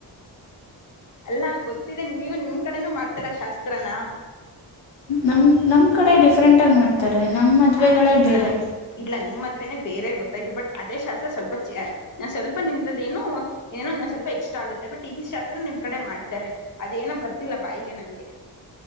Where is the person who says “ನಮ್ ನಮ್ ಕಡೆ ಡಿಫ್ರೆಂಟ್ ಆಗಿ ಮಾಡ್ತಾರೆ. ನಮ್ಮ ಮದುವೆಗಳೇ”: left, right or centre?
Left